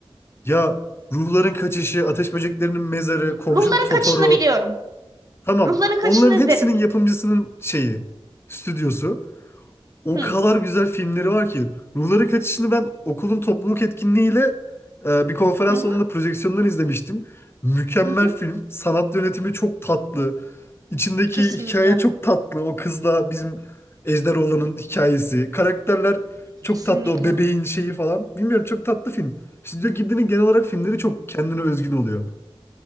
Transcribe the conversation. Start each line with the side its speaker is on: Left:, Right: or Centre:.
Left: Ya Ruhların Kaçışı, Ateş Böceklerinin Mezarı, Komşum
Right: Ruhların
Left: Totoro.
Right: Kaçışı'nı biliyorum.
Left: Tamam.
Right: Ruhların Kaçışı'nı
Left: Onların
Right: izledim.
Left: hepsinin yapımcısının şeyi, stüdyosu. O
Right: Hı.
Left: kadar güzel filmleri var ki. Ruhların Kaçışı'nı ben okulun topluluk etkinliğiyle e, bir konferans
Right: Hı hı.
Left: salonunda projeksiyondan izlemiştim. Mükemmel
Right: Hı hı.
Left: film. Sanat yönetimi çok tatlı. İçindeki
Right: Kesinlikle.
Left: hikaye çok tatlı. O kızla bizim Ejderoğlan'ın hikayesi. Karakterler çok
Right: Kesinlikle.
Left: tatlı. O bebeğin şeyi falan. Bilmiyorum çok tatlı film. Stüdyo Ghibli'nin genel olarak filmleri çok kendine özgün oluyor.